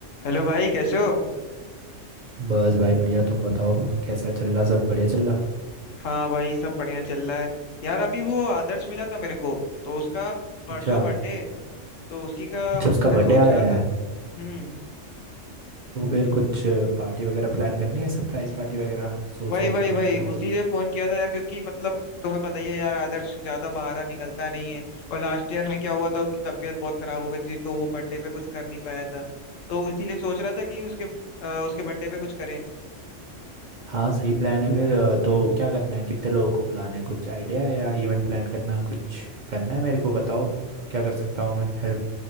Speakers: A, on the left (about 80°); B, on the right (about 50°).
A: Hello भाई कैसे हो
B: बस भाई बढ़िया तुम बताओ कैसा चल रहा सब बढ़िया चल रहा
A: हाँ भाई सब बढ़िया चल रहा है यार अभी वो आदर्श मिला था मेरे को तो उसका परसों
B: अच्छा
A: बर्थडे तो उसी का
B: अच्छा उसका
A: मैं
B: बर्थडे
A: सोच
B: आ
A: रहा
B: रहा
A: था
B: है
A: हम्म
B: तो फिर कुछ पार्टी वगैरह प्लान करनी है सरप्राइज पार्टी वगैरह सोच
A: वही
B: रहे
A: वही
B: थे तुम
A: वही
B: तो
A: उसीलिए फोन किया था यार क्योंकि मतलब तुम्हें पता ही है यार आदर्श ज्यादा बाहर निकलता नहीं है और लास्ट ईयर भी क्या हुआ था उसकी तबीयत बहुत खराब हो गई थी तो वो बर्थडे पे कुछ कर नहीं पाया था तो इसीलिए सोच रहा था कि उसके अ, उसके बर्थडे पे कुछ करें
B: हाँ सही प्लान है फिर अ, तो क्या करना है कितने लोगों को बुलाना है कुछ आइडिया है या इवेंट प्लान करना कुछ करना है मेरे को बताओ क्या कर सकता हूँ मैं हेल्प